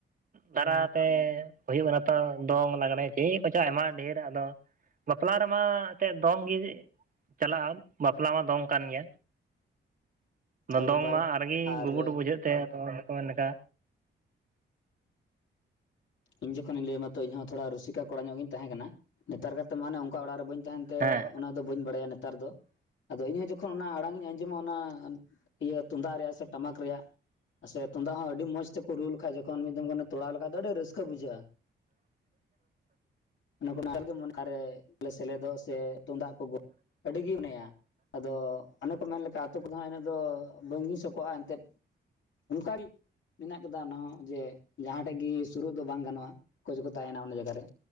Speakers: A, on the right; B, on the left.
A: ᱫᱟᱨᱟᱛᱮ ᱦᱩᱭᱩᱜ ᱠᱟᱱᱟ ᱛᱚ ᱫᱚᱝ ᱞᱟᱜᱽᱲᱮ ᱪᱮᱫ ᱠᱚᱪᱚᱝ ᱟᱭᱢᱟ ᱰᱷᱮᱨ ᱟᱫᱚ ᱵᱟᱯᱞᱟ ᱨᱮᱢᱟ ᱪᱮᱜ ᱫᱚᱝ ᱜᱮ ᱪᱟᱞᱟᱜ-ᱟ ᱵᱟᱯᱞᱟ ᱢᱟ ᱫᱚᱝ ᱠᱟᱱ ᱜᱮᱭᱟ,
B: <unintelligible>
A: ᱫᱚᱝ
B: ᱱᱟᱯᱟᱭ
A: ᱢᱟ ᱟᱨᱜᱮ
B: ᱟᱨ
A: ᱜᱩᱵᱩᱰᱩ ᱵᱩᱡᱷᱟᱹᱜ ᱛᱮ ᱟᱫᱚ ᱚᱱᱮ ᱠᱚ ᱢᱮᱱ-ᱠᱟ
B: ᱤᱧ ᱡᱚᱠᱷᱚᱱ ᱤᱧ ᱞᱟᱹᱭ ᱟᱢᱟ ᱛᱚ ᱤᱧᱦᱚᱸ ᱛᱷᱚᱲᱟ ᱨᱩᱥᱤᱠᱟ ᱠᱚᱲᱟ ᱧᱚᱜ ᱜᱤᱧ ᱛᱟᱦᱮᱸ ᱠᱟᱱᱟ᱾ ᱱᱮᱛᱟᱨ ᱠᱟᱛᱮ ᱢᱟᱱᱮ ᱚᱲᱟᱜ ᱨᱮ ᱵᱟᱹᱧ ᱛᱟᱦᱮᱱ ᱛᱮ
A: ᱦᱮᱸ
B: ᱚᱱᱟ ᱫᱚ ᱵᱟᱹᱧ ᱵᱟᱲᱟᱭᱟ ᱱᱮᱛᱟᱨ ᱫᱚ᱾ ᱟᱫᱚ ᱤᱧᱦᱚᱸ ᱡᱚᱠᱷᱚᱱ ᱚᱱᱟ ᱟᱲᱟᱝ ᱤᱧ ᱟᱸᱡᱚᱢᱟ ᱚᱱᱟ ᱤᱭᱟᱹ ᱛᱩᱢᱫᱟᱜ ᱨᱮᱭᱟᱜ ᱥᱮ ᱴᱟᱢᱟᱠ ᱨᱮᱭᱟᱜ ᱥᱮ ᱛᱩᱢᱫᱟᱜ ᱦᱚᱸ ᱟᱹᱰᱤ ᱢᱚᱸᱡᱽ ᱛᱮᱠᱚ ᱨᱩ ᱞᱮᱠᱷᱟᱱ ᱡᱚᱠᱷᱚᱱ ᱢᱤᱫ ᱫᱚᱢ ᱜᱟᱱ ᱛᱚᱲᱟᱣ ᱞᱮᱠᱷᱟᱡ ᱫᱚ ᱟᱹᱰᱤ ᱨᱟᱹᱥᱠᱟᱹ ᱵᱩᱡᱷᱟᱹᱜ-ᱟ ᱚᱱᱟ ᱠᱚ <unintelligible> ᱥᱮᱞᱮᱫᱚᱜ ᱥᱮ ᱛᱩᱢᱫᱟᱜ ᱠᱚ ᱜᱚᱜ ᱟᱹᱰᱤᱜᱤᱧ ᱢᱚᱱᱮᱭᱟ ᱟᱫᱚ ᱚᱱᱮ ᱠᱚ ᱢᱮᱱ ᱞᱮᱠᱟ ᱟᱛᱳ ᱠᱚᱫᱚ ᱦᱟᱜ ᱤᱱᱟᱹ ᱫᱚ ᱵᱟᱹᱧ ᱫᱤᱥᱤᱥ ᱠᱚᱜ-ᱟ ᱮᱱᱛᱮᱫ ᱚᱱᱠᱟᱜᱮ ᱢᱮᱱᱟᱜ ᱠᱟᱫᱟ ᱚᱱᱟ ᱦᱚᱸ ᱡᱮ ᱡᱟᱦᱟᱸ ᱴᱷᱮᱡ ᱜᱮ ᱥᱩᱨᱩᱜ ᱫᱚ ᱵᱟᱝ ᱜᱟᱱᱚᱜ-ᱟ ᱠᱳᱪ ᱠᱚ ᱛᱟᱦᱮᱱᱟ ᱚᱱᱟ ᱡᱟᱭᱜᱟ ᱨᱮ